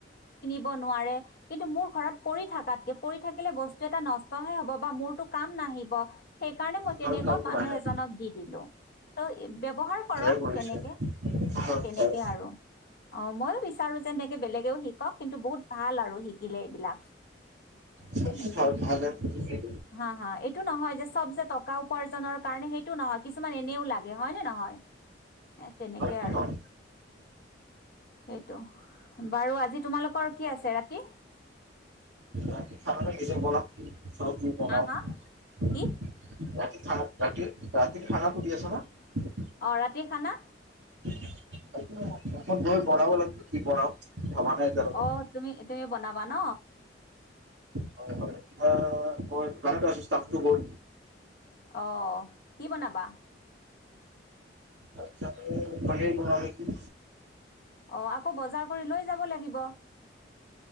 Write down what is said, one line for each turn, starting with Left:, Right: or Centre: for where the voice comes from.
Left: ব নোৱাৰে, কিন্তু মোৰ ঘৰত পৰি থকাতকে পৰি থাকিলে বস্তু এটা নষ্টহে হ'ব বা মোৰটো কাম নাহিব। সেইকাৰণে মই
Right: ভাল
Left: তেনেকুৱা
Right: কামটো
Left: মানুহ
Right: নাহে
Left: এজনক দি দিলো। ত' ব্যৱহাৰ কৰক
Right: ভালে কৰিছে
Left: তেনেকে,
Right: হয়
Left: এ তেনেকে
Right: হয়
Left: আৰু অ মইয়ো বিচাৰো যে এনেকে বেলেগেও শিকক কিন্তু বহুত ভাল আৰু। শিকিলে এইবিলাক
Right: চবটো
Left: তেনেকে,
Right: ভাল ভালে হয়
Left: হা- হা এইটো নহয় যে চব যে টকাও উপাৰ্জনৰ কাৰণে সেইটো নহয় কিছুমান এনেও লাগে হয় নে নহয়। এ তেনেকে
Right: নহয়
Left: আৰু। সেইটো, বাৰু আজি তোমালোকৰ কি আছে ৰাতি?
Right: <unintelligible> চবজি বনাওঁ। খান
Left: হা হা
Right: ৰাতিৰ-
Left: কি
Right: ৰাতিৰ খানা সুধি আছে ন।
Left: অঁ ৰাতিৰ খানা
Right: <unintelligible> বনাব কি বনাও, ভবা নাই এতিয়ালৈকে।
Left: অ তুমি <unintelligible> ন
Right: হয় হয়, অ, মই <unintelligible> <unintelligible> গ'ল।
Left: অঁ, কি বনাবা।
Right: আচ্চা পনীৰ বনাম নেকি।
Left: অঁ আকৌ বজাৰ কৰি লৈ যাব লাগিব।